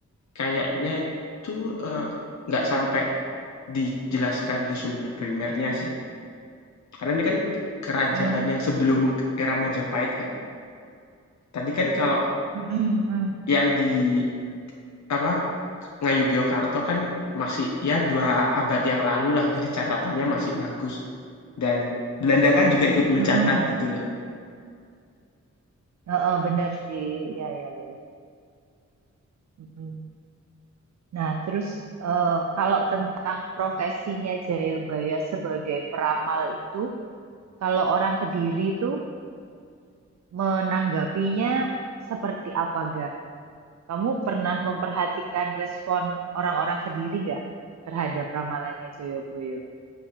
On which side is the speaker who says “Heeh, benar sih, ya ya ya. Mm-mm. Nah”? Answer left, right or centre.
Right